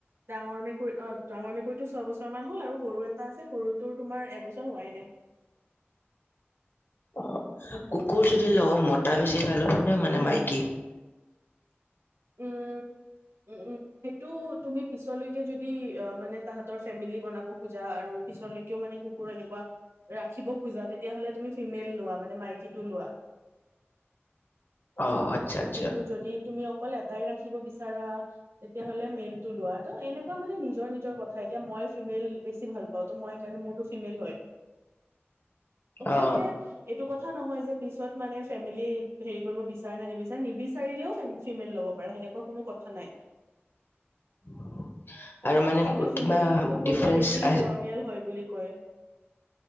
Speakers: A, on the right; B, on the left.
A: ডাঙৰ মেকুৰী অ ডাঙৰ মেকুৰীটো ছয় বছৰ মান হল আৰু সৰু এটা আছে সৰুটো তোমাৰ এবছৰ হোৱাই নাই ।
B: অ । কুকুৰ যদি লও
A: সেনেকে
B: মতা বেছি ভাল হ'ব। মানে মাইকী ।
A: উম উম উম সেইটো তুমি পিছলৈকে যদি মানে তাহতৰ ফেমিলি বনাব খোজা আৰু পিছলৈকেও মানে কুকুৰ এনেকুৱা ৰাখিব খোজা তে তেতিয়াহ'লে তুমি ফিমেল লোৱা মানে মাইকী তু লুৱা
B: অ আচ্ছা আচ্ছা
A: কিন্তু যদি তুমি অকল এটাই ৰাখিব বিচাৰা তেতিয়াহলে মেইল । লোৱা ত এনেকুৱা মানে নিজৰ কথা এতিয়া মই ফিমেল বেছি ভাল পাওঁ মই সেইকাৰণে মোৰ ফিমেল হয় অকল
B: অ
A: যে এইটো কথা । কথা নহয় যে পিছত মানে ফেমিলি হে কৰিব বিচাৰে নে নিবিছাৰে চাৰিলেও ফিমেল ল'ব পাৰে সেনেকুৱা কোনো কথা নাই ।
B: <inaudible>
A: মে ফিমেল
B: কিবা
A: কুকুৰ
B: ডিফাৰেন্ঞ্চ
A: বোৰ বেছি
B: আহ
A: মৰমীয়াল হয় বুলি ক কয় ।